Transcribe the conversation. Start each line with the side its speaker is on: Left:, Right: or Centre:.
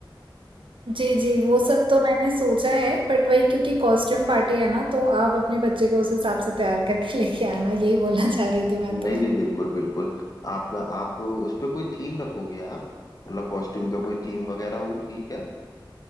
Right: जी जी वो सब तो मैंने सोचा है बट वही क्योंकि कॉस्ट्यूम पार्टी है ना तो आप अपने बच्चे को उस हिसाब से तैयार करके <laughs> लेके आना यही बोलना <laughs> चाह रही थी मैं
Left: नहीं
Right: तो
Left: नहीं बिल्कुल बिल्कुल आप आप उस पे कोई थीम रखोगे आप मतलब कॉस्ट्यूम का कोई थीम वगैरह होगी क्या